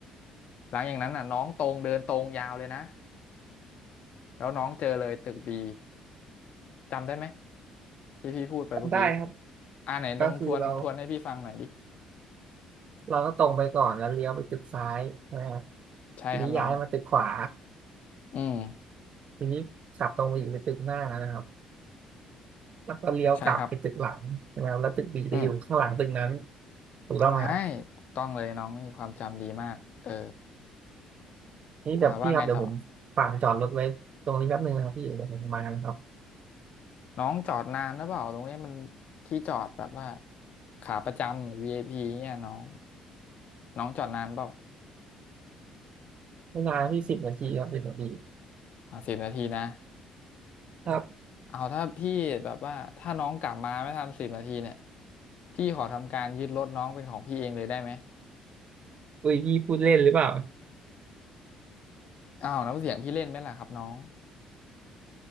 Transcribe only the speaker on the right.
ได้ครับ
ก็คือเราเราก็ตรงไปก่อนแล้วเลี้ยวไปตึกซ้ายใช่ไหมครับ
ทีนี้ย้ายมาตึกขวา
ทีนี้ขับตรงไปอีกไปตึกหน้านะครับแล้วก็เลี้ยวกลับไปตึกหลังใช่ไหมครับแล้วตึกบีจะอยู่ข้างหลังตึกนั้น
ถูกต้องไหมครับ
นี่เดี๋ยวพี่ครับเดี๋ยวผมฝากจอดรถไว้ตรงนี้แป๊บนึงนะครับพี่เดี๋ยวผมมานะครับ
ไม่นานพี่สิบนาทีครับสิบนาที
ครับ
อุ้ยพี่พูดเล่นหรือเปล่า